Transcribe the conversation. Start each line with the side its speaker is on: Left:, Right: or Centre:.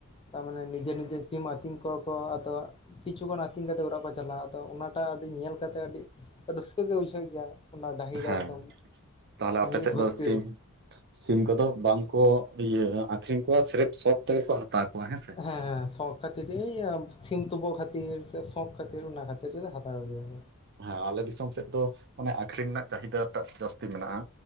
Left: ᱛᱟᱨᱢᱟᱱᱮ ᱱᱤᱡᱮ ᱱᱤᱡᱮ ᱥᱤᱢ ᱟᱛᱤᱧ ᱠᱚᱣᱟ ᱠᱚ ᱟᱫᱚ ᱠᱤᱪᱷᱩᱩᱜ ᱟᱹᱛᱤᱧ ᱠᱟᱛᱮ ᱚᱲᱟᱜ ᱠᱚ ᱪᱟᱞᱟᱜᱼᱟ᱾ ᱛᱚ ᱚᱱᱟᱴᱟᱜ ᱟᱹᱰᱤ ᱧᱮᱞ ᱠᱟᱛᱮᱫ ᱟᱹᱰᱤ ᱨᱟᱹᱥᱠᱟᱹᱜ ᱜᱮ ᱵᱩᱡᱷᱟᱹᱜ ᱜᱮᱭᱟ᱾ ᱚᱱᱟ ᱰᱟᱹᱦᱤᱨ ᱨᱮ
Right: ᱦᱮᱸ
Left: ᱮᱠᱫᱚᱢ
Right: ᱛᱟᱦᱚᱞᱮ ᱟᱯᱮ
Left: ᱢᱤᱫ
Right: ᱥᱮᱫ
Left: ᱵᱷᱩᱨᱛᱤᱼᱼ
Right: ᱫᱚ ᱥᱤᱢ ᱥᱤᱢ ᱠᱚᱫᱚ ᱵᱟᱝᱠᱚ ᱤᱭᱟᱹ ᱟᱠᱷᱨᱤᱧ ᱠᱚᱣᱟ ᱥᱮᱤᱨᱯ ᱥᱚᱠ ᱛᱮᱜᱮ ᱠᱚ ᱦᱟᱛᱟᱣ ᱠᱚᱣᱟ ᱦᱮᱸᱥᱮ᱾
Left: ᱦᱮᱸ ᱦᱮᱸ ᱥᱚᱠ ᱠᱷᱟᱹᱛᱤᱨ ᱥᱤᱢ ᱛᱩᱯᱟᱹ ᱠᱷᱟᱹᱛᱤᱨ ᱥᱮ ᱥᱚᱠ ᱠᱷᱟᱹᱛᱤᱨ ᱚᱱᱟ ᱠᱷᱟᱹᱛᱤᱨ ᱦᱟᱛᱟᱣ ᱜᱮᱭᱟ ᱠᱚ᱾
Right: ᱦᱮᱸ ᱟᱞᱮ ᱫᱤᱥᱚᱢ ᱥᱮᱫ ᱫᱚ ᱟᱱᱮ ᱟᱠᱷᱨᱤᱧ ᱨᱮᱱᱟᱜ ᱪᱟᱦᱤᱫᱟᱴᱟᱜ ᱡᱟᱹᱥᱛᱤ ᱢᱮᱱᱟᱜᱼᱟ᱾